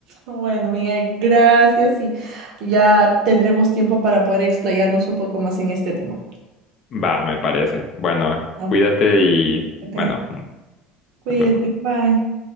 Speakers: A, on the right; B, on the left.
A: Bueno, Miguel, gracias y ya tendremos tiempo para poder explayarnos un poco más en este tema.
B: Va, me parece. Bueno,
A: ¿no?
B: cuídate y
A: Cuídate,
B: bueno.
A: cuídate,
B: nos vemos.
A: bye.